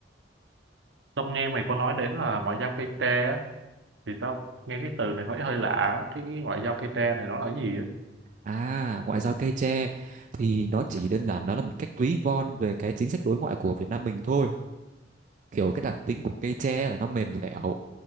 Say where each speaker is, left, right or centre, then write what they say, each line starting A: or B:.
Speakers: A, on the right (about 70°); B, on the right (about 40°).
A: Tao nghe mày có nói đến là ngoại giao cây tre á, thì tao nghe cái từ này thấy hơi lạ, á. cái, cái ngoại giao cây tre này nó là cái gì á?
B: À, ngoại giao cây tre thì nó chỉ đơn giản nó là một cách ví von về cái chính sách đối ngoại của Việt Nam mình thôi. Kiểu cái đặc tính của cây tre là nó mềm dẻo